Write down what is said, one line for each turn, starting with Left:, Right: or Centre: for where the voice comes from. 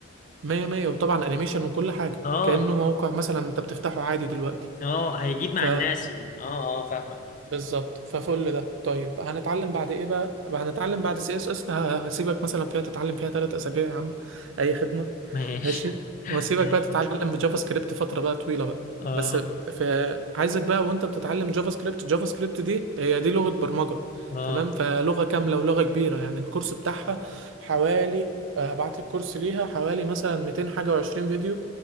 Right: مية مية وطبعا انيميشن وكل حاجة
Left: اه
Right: كأنه موقع مثلا انت بتفتحه عادي دلوقتي
Left: اه هيجيب مع
Right: ف
Left: الناس ال- اه اه فاهمة
Right: بالظبط ففل ده طيب هنتعلم بعد ايه بقى بقى هنتعلم بعد سي اس اس هسيبك مثلا فيها تتعلم فيها ثلاث اسابيع يا عم اي خدمه
Left: ماشي
Right: ماشي
Left: <laughs>
Right: وهسيبك
Left: ماشي
Right: بقى تتعلم في جافا سكريبت فتره بقى طويله بقى
Left: اه
Right: بس في عايزك بقى وانت بتتعلم جافا سكريبت جافا سكريبت دي هي دي لغه برمجه
Left: اه
Right: تمام فلغه كامله ولغه كبيره يعني الكورس بتاعها حوالي آه، هبعت لك كورس ليها حوالي مثلا 200 حاجه و20 فيديو